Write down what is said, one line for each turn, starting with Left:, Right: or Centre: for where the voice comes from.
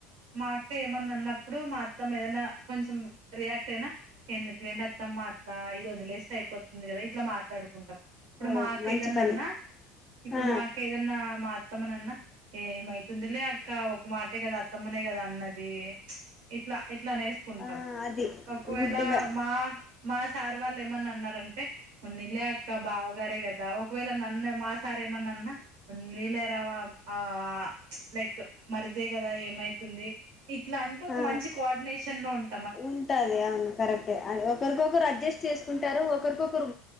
Right: మా అక్క ఏమన్నా అన్నప్పుడు మా అత్తమ్మ ఏదన్నా కా కొంచం రియాక్ట్ అయినా ఎందుక్ లేండి అత్తమ్మా అట్లా ఇదోద్ లేస్త్ అయిపోతుంది కదా ఇట్లా మాత్ టడుకుంటాం ఇప్పుడు
Left: ఓయ్
Right: మాకేదన్నా
Left: మంచి పని
Right: అన్నా ఇప్పుడు
Left: ఆ
Right: మాకేదన్నా మా అత్తమ్మనన్నా ఏమైతుందిలే అక్క ఒక్ మాటే కదా అత్తమ్మనే కదా అన్నది చ్ ఇట్లా ఎట్లా అనేేస్ కుంటాం
Left: ఆ అది
Right: ఒక్ వేళ
Left: గుడ్ వే
Right: మా మా సార్ వాళ్ళు ఏమన్నా అన్నారంటే పోనిలే అక్క బావగారే కదా ఒక్ వేళ నన్ను మా సార్ ఏమన్నా అన్నా కొన్ నీళ్ళరవ్వ ఆ అ చ్ లైకు మర్ దే కదా ఏమైతుంది ఇట్లా అంటే ఒక
Left: ఆ
Right: మంచి కోఆర్డినేషన్ నొంట్
Left: ఉంటది అవును కరెక్టే అది ఒకరికొకరు అడ్జస్ట్ చేసుకుంటారు ఒకరికొరు.